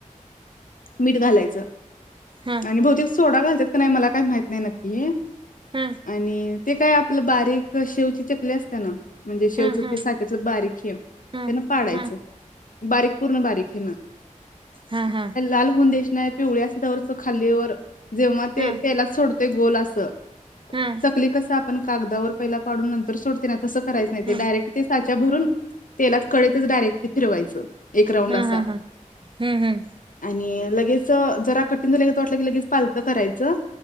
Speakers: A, on the left (about 80°); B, on the right (about 40°).
A: मीठ घालायचं
B: हा
A: आणि बहुतेक सोडा घालतात का नाही मला काही माहित नाही नक्की हे.
B: हा
A: आणि ते काय आपलं बारीक शेवची चकली असते ना म्हणजे शेवचं
B: हा
A: चकली
B: हा
A: साच्यातल बारीक हेेंब
B: हा
A: त्यांन पाडायचं.
B: हा
A: बारीक पूर्ण बारीक हे ना.
B: हा हा
A: लाल होऊन द्यायची नाही पिवळी असली त्यावरच खाल्लीवर जेव्हा ते
B: हा
A: तेलाच सोडतोय गोल असं
B: हा
A: चकली कस आपण कागदावर पहिला पाडून नंतर सोडते ना तसं करायचं नाही ते
B: हा
A: डायरेक्ट ते साच्या भरून तेलात कळतच डायरेक्ट ते फिरवायचं. एक राऊंड
B: हम्म,
A: असा
B: हम्म हम्म, हम्म, हम्म.
A: आणि लगेच जरा कठीण झालं वाटलं की लगेच पालतं करायचं.